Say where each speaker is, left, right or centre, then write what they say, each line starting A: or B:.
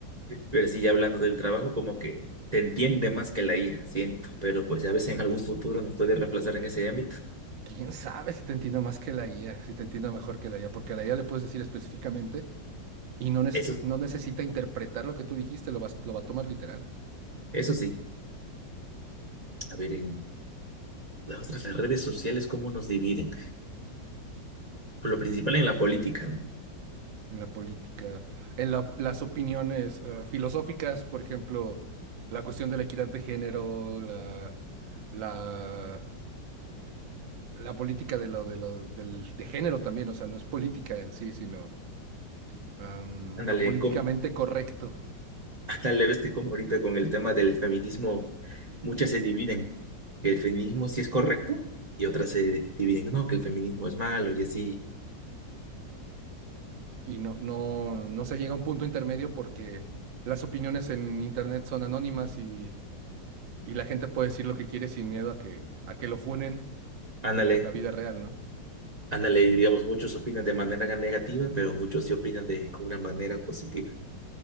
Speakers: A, on the right (about 25°); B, on the right (about 75°).
A: Pero sí, ya hablando del trabajo, como que te entiende más que la IA, siento. Pero pues a veces en algún futuro nos puede reemplazar en ese ámbito.
B: ¿Quién sabe si te entienda más que la IA, si te entienda mejor que la IA? Porque a la IA le puedes decir específicamente y no, neces-
A: Eso,
B: no necesita interpretar lo que tú dijiste, lo, vas- lo va a tomar literal.
A: eso sí. A ver, en las otras, las redes sociales, ¿cómo nos dividen? Por lo principal en la política, ¿no?
B: En la política, en la- las opiniones eh, filosóficas, por ejemplo, la cuestión de la equidad de género, la, la, la política de lo, de lo, del, de género también, o sea, no es política en sí, sino am,
A: Ándale,
B: lo políticamente
A: ¿cómo?
B: correcto
A: tan leves que como ahorita con el tema del feminismo, muchas se dividen, que el feminismo sí es correcto y otras se dividen, no, que el feminismo es malo y así.
B: y no, no, no se llega a un punto intermedio porque las opiniones en internet son anónimas y, y la gente puede decir lo que quiere sin miedo a que, a que lo funen
A: Ándale,
B: en la vida real, ¿no?
A: ándale, y digamos, muchos opinan de manera negativa, pero muchos sí opinan de una manera positiva.